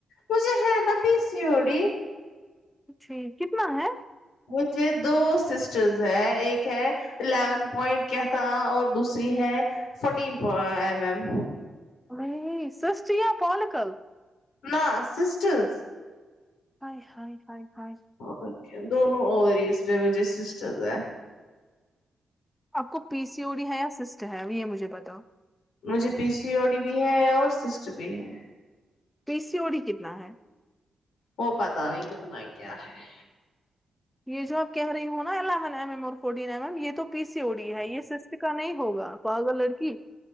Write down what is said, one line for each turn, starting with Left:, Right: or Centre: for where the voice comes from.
Left: مجھے ہے نا پی سی او ڈی
Centre: جی کتنا ہے
Left: مجھے دو سسٹرز ہیں ایک ہے الیون پوائنٹ کیا تھا اور دوسری ہے فورٹین ایم ایم
Centre: نہیں <unintelligible> سسیا پالکل
Left: نہ سسٹرز
Centre: آے ہاے ہاے ہاے
Left: اوکے دونوں اور ایز پہ مجھے سسٹرز ہیں
Centre: آپ کو پی سی او ڈی ہے یا سسٹ ہے یہ مجھے بتاؤ
Left: مجھے پی سی او ڈی بھی ہے اور سسٹ بھی ہے
Centre: پی سی او ڈی کتنا ہے
Left: وہ پتا نہیں کتنا ہی کیا ہے
Centre: یہ جو آپ کہہ رہی ہو نا الیون ایم ایم اور فورٹین ایم ایم یہ تو پی سی او ڈی ہے یہ سسٹ کا نہیں ہوگا پاگل لڑکی